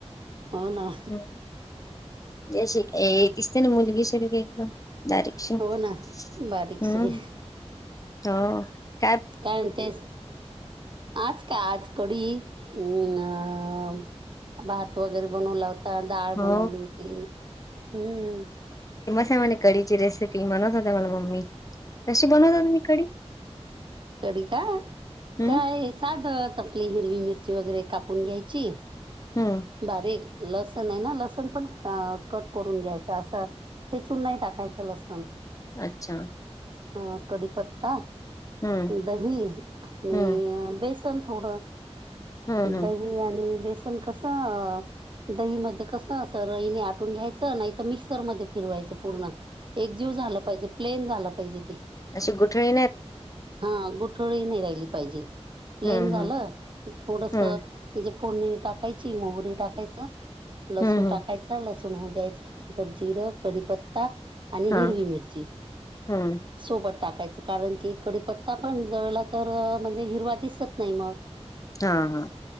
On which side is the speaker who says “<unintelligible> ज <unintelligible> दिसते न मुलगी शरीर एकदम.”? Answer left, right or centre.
Left